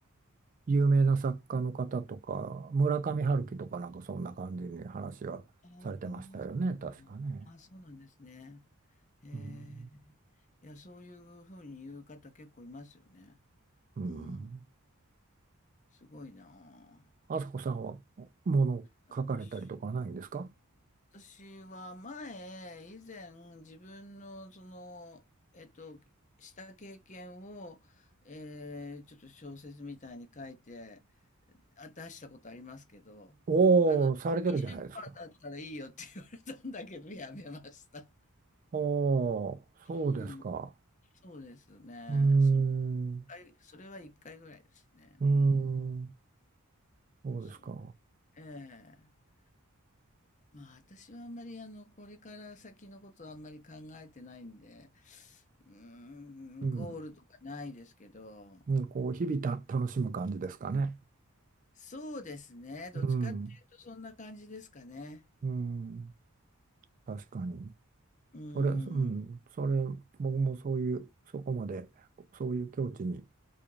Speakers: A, on the right; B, on the left.
A: 有名な作家の方とか、村上春樹とかなんかそんな感じに話はされてましたよね、
B: ああ、そうなんだ。
A: 確かね。
B: あ、そうなんですね。へ
A: うん。
B: え。いや、そういうふうに言う方結構いますよね。
A: うん。
B: うん。すごいな
A: あさこさんはもの書かれたりとかないんですか
B: あ。私私は前、以前、自分の、その、えっと、した経験を、えー、ちょっと小説みたいに書いて、あ、出したことありますけど、
A: おおー、されてるじゃないですか。
B: いい出版だったらいいよって言われたんだけど、やめました。
A: おお、そうですか。
B: うん。そうですね。
A: うーん。
B: その一
A: う
B: 回、それは一回ぐらいですね。
A: ーん。
B: うん。
A: そうですか。
B: そう。ええまあ私はあんまりあの、これから先のことはあんまり考えてないんで、うーん、
A: うん。
B: ゴールとかないですけど、
A: うん、こう、日々た楽しむ感じですかね。
B: そうですね。どっちかっていうとそんな感じですかね。
A: うん。うん。確かに。
B: うん。
A: それ、うん、それ、僕もそういう、そこまで、そういう境地に